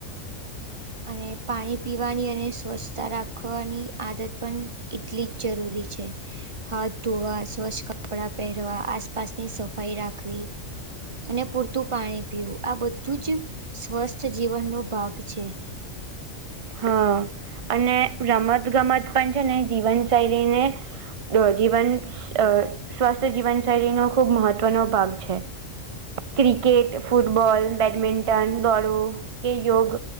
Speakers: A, on the right; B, on the right.
A: અને પાણી પીવાની અને સ્વચ્છતા રાખવાની આદત પણ એટલી જ જરૂરી છે. હાથ ધોવા, સ્વચ્છ કપડા પહેરવા, આસપાસની સફાઈ રાખવી અને પૂરતું પાણી પીવું, આ બધું જ સ્વસ્થ જીવનનો ભાગ છે.
B: હા. અને રમત-ગમત પણ છે ને જીવન શૈલીને જ જીવન અહ સ્વસ્થ જીવન શૈલીનો ખૂબ મહત્વનો ભાગ છે. ક્રિકેટ, ફુટબોલ, બેડમિન્ટન, દોડવુ કે યોગ